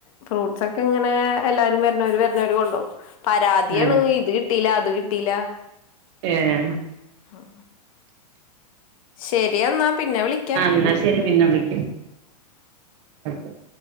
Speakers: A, on the left; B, on the right.
A: ഫ്രൂട്ട്സൊക്കെ ഇങ്ങനെ എല്ലാരും വര്ണോര് വര്ണോര് കൊണ്ടോവും. പരാതിയാണ്
B: ആഹ്
A: ഇത് കിട്ടീലാ അത് കിട്ടീലാ
B: ഏഹ്.
A: ആഹ്. ശെരിയെന്നാ പിന്നെ വിളിക്കാം.
B: ഇന്നാ ശെരി പിന്നെ വിളിക്ക് ഉം